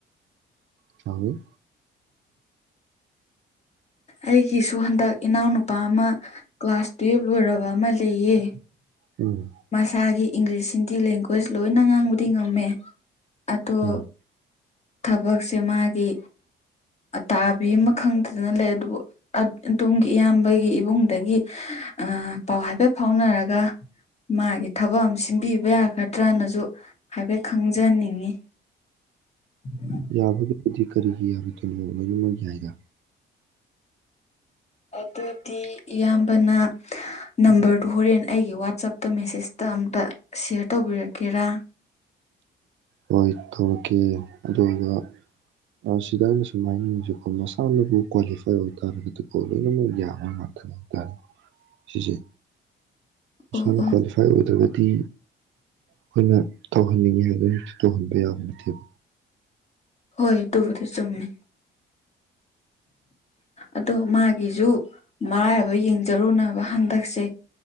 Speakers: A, on the right; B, on the left.
A: ꯆꯥꯎꯏ
B: ꯑꯩꯒꯤꯁꯨ ꯍꯟꯗꯛ ꯏꯅꯥꯎꯅꯨꯄꯥ ꯑꯃ ꯀ꯭ꯂꯥꯁ ꯇꯨꯌꯦꯜꯕ ꯂꯣꯏꯔꯕ ꯑꯃ ꯂꯩꯌꯦ
A: ꯎꯝ
B: ꯃꯁꯥꯒꯤ ꯏꯪꯂꯤꯁ ꯍꯤꯟꯗꯤ ꯂꯦꯡꯒ꯭ꯋꯦꯖ ꯂꯣꯏꯅ ꯉꯥꯡꯕꯗꯤ ꯉꯝꯃꯦ ꯑꯗꯣ
A: ꯎꯝ
B: ꯊꯕꯛꯁꯦ ꯃꯥꯒꯤ ꯑꯇꯥꯕꯤ ꯑꯃ ꯈꯪꯈꯅ ꯂꯩ ꯑꯗꯨꯕꯨ꯫ ꯑꯗꯣꯝꯒꯤ ꯏꯌꯥꯝꯕꯒꯤ ꯏꯕꯨꯡꯗꯒꯤ ꯑ ꯄꯥꯎ ꯍꯥꯏꯐꯦꯠ ꯐꯥꯎꯅꯔꯒ ꯃꯥꯒꯤ ꯊꯕꯛ ꯑꯃ ꯁꯤꯟꯕꯤꯕ ꯌꯥꯒꯗ꯭ꯔꯅꯁꯨ ꯍꯥꯏꯐꯦꯠ ꯈꯪꯖꯅꯤꯡꯉꯤ꯫ <inaudible>
A: ꯌꯥꯕꯨꯗꯤ ꯀꯔꯤꯒꯤ ꯌꯥꯔꯣꯏꯗꯣꯏꯅꯣ ꯂꯣꯏꯅꯃꯛ ꯌꯥꯏꯗ꯫
B: ꯑꯗꯨꯗꯤ ꯏꯌꯥꯝꯕꯅ ꯅꯝꯕꯔꯗꯨ ꯍꯣꯔꯦꯟ ꯑꯩꯒꯤ ꯋꯥꯆꯞꯇ ꯃꯦꯁꯦꯖꯇ ꯑꯝꯇ꯫ ꯁꯤꯌꯔ ꯇꯧꯕꯤꯔꯛꯀꯦꯔꯥ
A: ꯍꯣꯏ ꯇꯧꯔꯛꯀꯦ ꯑꯗꯨꯝꯕ <unintelligible> ꯃꯁꯥꯅꯕꯨ ꯀ꯭ꯋꯥꯂꯤꯐꯥꯏ ꯑꯣꯏ ꯇꯥꯔꯒꯗꯤ ꯀꯣ ꯂꯣꯏꯅꯃꯛ ꯌꯥꯕ ꯉꯥꯛꯇꯅꯦ ꯇ ꯁꯤꯖꯦ
B: ꯑꯣ
A: ꯁꯥꯅ
B: ꯑꯣ
A: ꯀ꯭ꯋꯥꯂꯤꯐꯥꯏ ꯑꯣꯏꯗ꯭ꯔꯒꯗꯤ ꯈꯣꯏꯅ ꯇꯧꯍꯟꯅꯤꯡꯉꯦꯗꯅ ꯇꯧꯍꯟꯕ ꯌꯥꯕ ꯅꯠꯇꯦꯕ꯫
B: ꯍꯣꯏ ꯗꯨꯕꯨꯗꯤ ꯆꯨꯝꯃꯦ꯫ ꯑꯗꯣ ꯃꯥꯒꯤꯖꯨ ꯃꯔꯥꯏꯕꯛ ꯌꯦꯡꯖꯔꯨꯅꯕ ꯍꯟꯗꯛꯁꯦ꯫